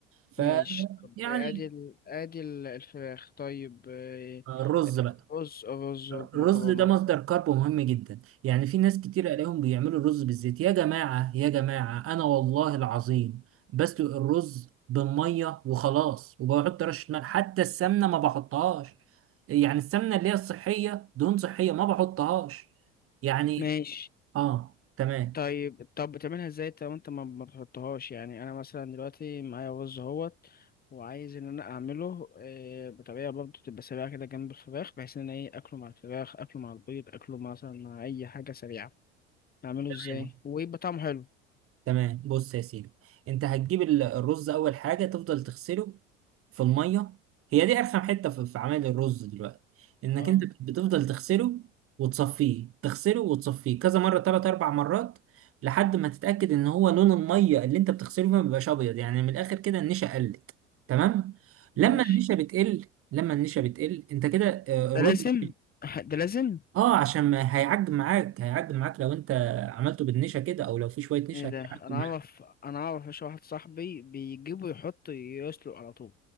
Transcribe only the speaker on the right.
ف
يعني
الرز بقى
الرز ده مصدر كارب مهم جدا يعني في ناس كتير الاقيهم بيعملوا الرز بالزيت يا جماعة يا جماعة انا والله العظيم بسلق الرز بالمية وخلاص وبحط رشة ملح حتى السمنة ما بحطهاش يعني السمنة اللي هي الصحية دهون صحية ما بحطهاش يعني
اه تمام
تمام
تمام بص يا سيدي انت هتجيب ال- الرز اول حاجه تفضل تغسله في الميه هي دي ارخم حته في في عمل الرز دلوقتي انك
انت بتفضل تغسله وتصفيه تغسله وتصفيه كذا مره ثلاث اربع مرات لحد ما تتاكد ان هو لون الميه اللي انت بتغسله فيها ما بيبقاش ابيض يعني من الاخر كده النشا قلت تمام لما
النشا بتقل لما النشا بتقل انت كده آه،
الرز
اه عشان ما هيعجن معاك هيعجن معاك لو انت عملته بالنشا كده او لو في شويه نشا
هتعجن